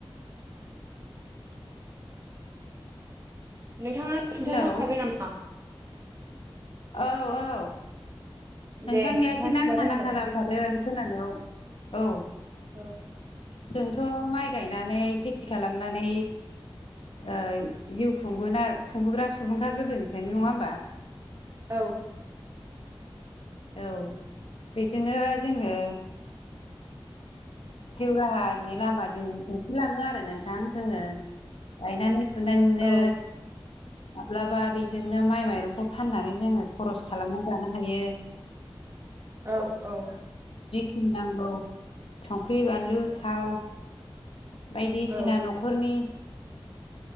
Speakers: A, on the right (about 30°); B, on the left (about 85°).
A: नोंथाङा खिन्थानो
B: हेलौ
A: हागोन नामा?
B: औ औ नोंथांनिया
A: दे नोंथाङा
B: एसे नांथा
A: खिन्थादो होनबालाय
B: नांथा जाबाय थादों। खोनानायाव औ
A: औ
B: जोंथ' माइ गायनानै खेथि खालामनानै ओ जिउ खुंबोना खुंबोग्रा सुबुंखा गोदोनिफ्रायनो नङा होमबा?
A: औ
B: औ बेजोंनो जोङो जिउराहानि लामा दिन दिन्थिलाङो आरो नोंथां जोङो गायनानै फुनानैनो
A: औ
B: माब्लाबा बेजोंनो माइ माइरंखौ फाननानै जोङो खरस खालामना जानो हायो।
A: औ औ
B: होनांगौ संख्रि बानलु थाव बायदिसिना
A: औ
B: न'खरनि
A: औ